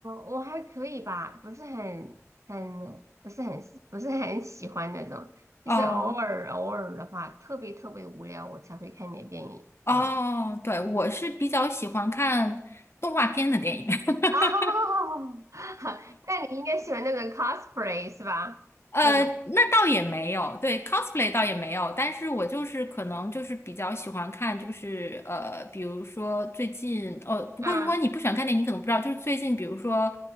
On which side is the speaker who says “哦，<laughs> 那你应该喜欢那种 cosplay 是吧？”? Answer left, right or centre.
Right